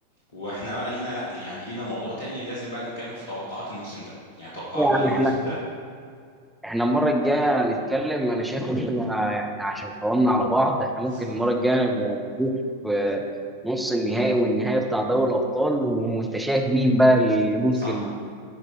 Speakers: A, on the left; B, in the centre.
A: واحنا بقى لينا لا يعني لينا موضوع تاني لازم بقى نتكلم في توقعات الموسم ده يعني توقعات
B: يعني
A: بقى الموسم
B: احنا
A: ده
B: احنا المرة الجاية هنتكلم انا شايف ان احنا احنا عشان طولنا على بعض احنا ممكن
A: صح
B: المرة الجاية نبقى نشوف آه، نص النهائي والنهائي بتاع دوري الابطال وانت شايف مين بقى اللي ممكن
A: صح